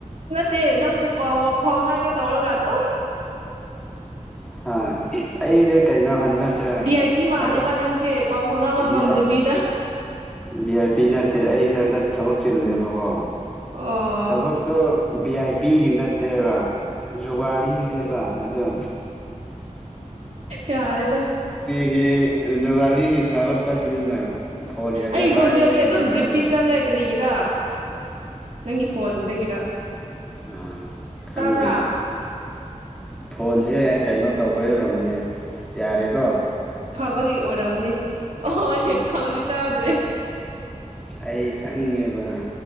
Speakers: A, on the right; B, in the centre.
A: ꯦ ꯅꯪ ꯐ ꯐꯧꯅꯥꯒꯦ ꯇꯧꯔꯒꯠꯇꯣ
B: ꯍ ꯑꯩꯁꯦ ꯀꯩꯅꯣ ꯍꯟꯗꯛꯁꯦ
A: ꯚꯤ ꯑꯥꯏ ꯄꯤ ꯃꯥꯜꯂꯦꯕ
B: ꯊꯕꯛ
A: ꯅꯪꯁꯦ ꯄꯥꯎ ꯐꯥꯎꯅꯕ
B: ꯕꯤ
A: ꯉꯝꯗꯕꯤꯗ
B: ꯚꯤ ꯑꯥꯏ ꯄꯤ ꯅꯠꯇꯦ ꯑꯩꯁꯦ ꯍꯟꯗꯛ ꯊꯕꯛ ꯆꯤꯜꯂꯦꯕꯀꯣ
A: ꯑꯣ
B: ꯊꯕꯛꯇꯣ ꯚꯤ ꯑꯥꯏ ꯄꯤꯒꯤ ꯅꯠꯇꯦꯕ ꯖꯨꯒꯥꯔꯤꯒꯤꯅꯦꯕ ꯑꯗꯣ
A: ꯌꯥꯔꯦꯗ
B: ꯑꯩꯈꯣꯏꯒꯤ ꯖꯨꯒꯥꯔꯤꯒꯤ ꯊꯕꯛ ꯆꯠꯄꯅꯤꯅ ꯐꯣꯟꯒꯁꯦ
A: ꯑꯩ
B: ꯄꯥꯏꯕ
A: ꯈꯣꯟꯖꯦꯜꯁꯦ
B: ꯁꯪꯗ꯭ꯔꯦꯅꯦ
A: ꯑꯗꯨꯝ ꯔꯤꯄꯤꯠ ꯆꯠꯂꯦ ꯀꯔꯤꯒꯤꯔ ꯅꯪꯒꯤ ꯐꯣꯟꯗꯒꯤꯔ
B: ꯑꯥ ꯈꯪꯗꯦ
A: ꯇꯥꯕ꯭ꯔꯥ
B: ꯐꯣꯟꯁꯦ ꯀꯩꯅꯣ ꯇꯧꯕ ꯌꯔꯝꯒꯅꯤ ꯌꯥꯔꯦꯀꯣ
A: ꯐꯕꯒꯤ ꯑꯣꯏꯔꯝꯒꯅꯤ ꯑꯍꯣꯏ
B: ꯎꯝ
A: ꯍꯧꯖꯤꯛ ꯇꯥꯗ꯭ꯔꯦ
B: ꯑꯩ ꯈꯪꯉꯦꯕ